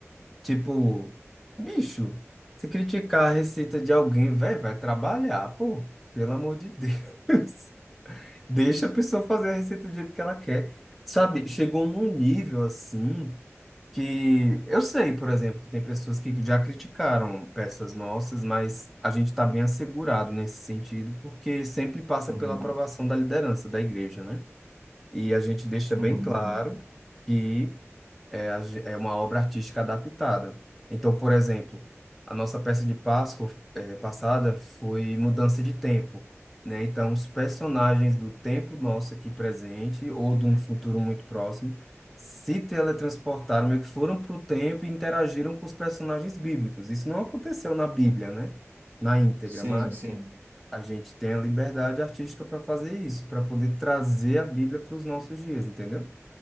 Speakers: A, in the centre; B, on the right.
A: Tipo, bicho, se criticar a receita de alguém, velho, vai trabalhar, pô. Pelo amor de Deus. <laughs> Deixa a pessoa fazer a receita do jeito que ela quer. Sabe, chegou num nível assim que eu sei, por exemplo, que tem pessoas que já criticaram peças nossas, mas a gente está bem assegurado nesse sentido, porque sempre passa
B: Uhum.
A: pela aprovação da liderança da igreja, né? E a gente deixa bem
B: Uhum.
A: claro
B: Uhum.
A: que é, a ge- é uma obra artística adaptada. Então, por exemplo, a nossa peça de Páscoa eh, passada foi Mudança de Tempo, né? Então, os personagens do tempo nosso aqui presente ou de um futuro muito próximo se teletransportaram, meio que foram para o tempo e interagiram com os personagens bíblicos. Isso não aconteceu na Bíblia, né? Na íntegra,
B: Sim,
A: mas
B: sim.
A: a gente tem a liberdade artística para fazer isso, para poder trazer a Bíblia para os nossos dias, entendeu?